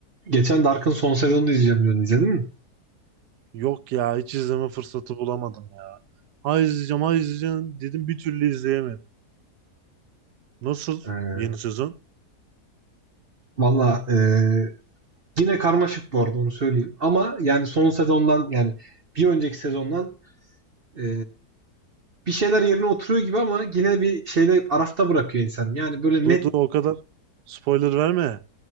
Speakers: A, on the right (about 45°); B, on the right (about 85°).
A: Geçen Dark'ın son sezonunu izleyeceğim diyordun. İzledin mi?
B: Yok ya hiç izleme fırsatı bulamadım ya. Ha izleyeceğim ha izleyeceğim dedim bir türlü izleyemedim. Nasıl
A: Ee,
B: yeni sezon?
A: Valla e, yine karmaşık bu arada onu söyleyeyim. Ama yani son sezondan yani bir önceki sezondan e, bir şeyler yerine oturuyor gibi ama yine bir şeyde arafta bırakıyor insan. Yani böyle
B: Dur
A: net
B: dur o kadar spoiler verme.